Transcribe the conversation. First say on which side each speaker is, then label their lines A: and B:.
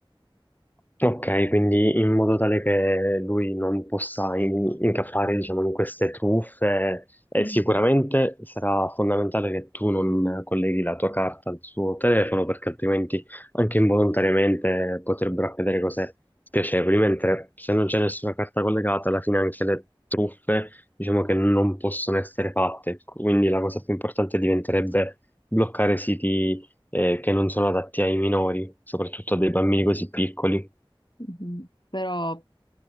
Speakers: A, on the left; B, on the left.
A: Ok, quindi in modo tale che lui non possa in- incappare, diciamo, in queste truffe, e
B: Mhm,
A: sicuramente sarà fondamentale che tu non colleghi la tua carta al suo telefono, perché altrimenti anche involontariamente potrebbero accadere cose spiacevoli, mentre se non c'è nessuna carta collegata, alla fine anche le truffe, diciamo che non possono essere fatte. Quindi la cosa più importante diventerebbe bloccare siti, eh, che non sono adatti ai minori, soprattutto a dei bambini così piccoli.
B: mhm. Però